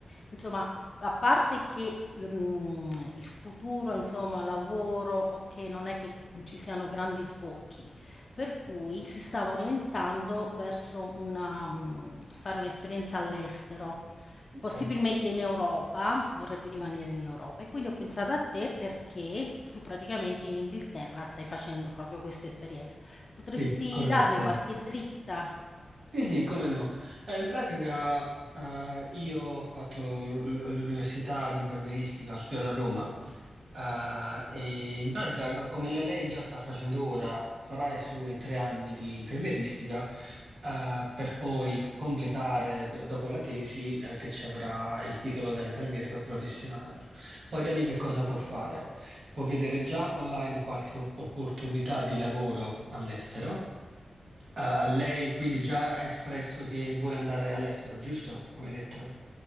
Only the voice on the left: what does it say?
insomma, a parte che l mhmm, il futuro, insomma, lavoro, okay, non è che, mhmm, ci siano grandi sbocchi, per cui si stava orientando verso una mhmm, fare un'esperienza all'estero,
possibilmente in Europa, vorrebbe rimanere in Europa. E quindi ho pensato a te perché tu praticamente in Inghilterra stai facendo proprio questa esperienza. Potresti
darmi qualche dritta?